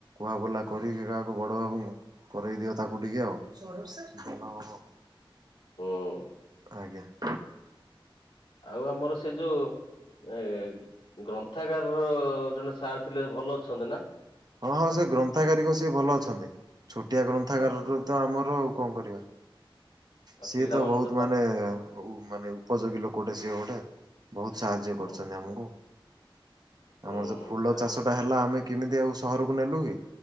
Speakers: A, on the right; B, on the left.
A: ବା ବୁଲା କରିକି କାହାକୁ ବଡ ବାବୁଙ୍କୁ କରେଇ ଦିଅ ତାକୁ ଟିକେ ଆଉ।
B: ହୁଁ।
A: ଆଜ୍ଞା।
B: ଆଉ ଆମର ସେ ଯୋଉ ଏ, ଗ୍ରନ୍ଥାଗାରାର ଜଣେ ସାର୍ ଥିଲେ ଭଲ ଅଛନ୍ତି ନା?
A: ହଁ, ହଁ ସେ ଗ୍ରନ୍ଥାଗାରିକ ସିଏ ଭଲ ଅଛନ୍ତି। ଛୋଟିଆ ଗ୍ରନ୍ଥାଗାରର
B: ହଁ
A: ତ ଆମର ଆଉ କଣ କରିବା।
B: ଆଉ
A: ସିଏ
B: ପିଲାମାନେ
A: ତ ବହୁତ ମାନେ
B: ପାଠ ପଢୁ
A: ହଉ ମାନେ ଉପଯୋଗୀ ଲୋକଟେ ସିଏ ଗୋଟେ। ବହୁତ ସାହାଯ୍ୟ କରିଛନ୍ତି
B: ହୁଁ
A: ଆମକୁ।
B: ହୁଁ
A: ଆମର ଯୋଉ ଫୁଲ
B: ନାଇଁ
A: ଚାଷଟା ହେଲା ଆମେ କିମିତି ଆଉ ସହରକୁ ନେଲୁ କି?